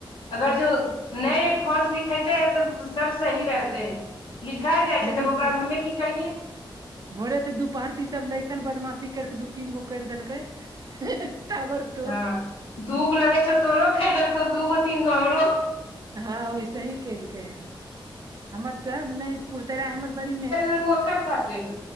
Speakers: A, on the left (about 75°); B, on the right (about 45°).
A: अगर जो नए फॉम लिखेते है त सब सही रहते है। लिखा जाइ
B: लेकिन
A: छै, तब ओकरामे
B: कु-
A: हमे की करियै।
B: भोरे तऽ दू पारी सब लैकन बदमाशी करिके दू तीन गो कैर देलकै। तर <unintelligible>
A: ह दू गो लगै छौ। तोरो खरी देलकौ दूगो तीन गो हमरो।
B: ह वइसे ही केलकै, हमर त ने पुरतेरा हमर बड़ी मेहन।
A: तू ओकर खाते है।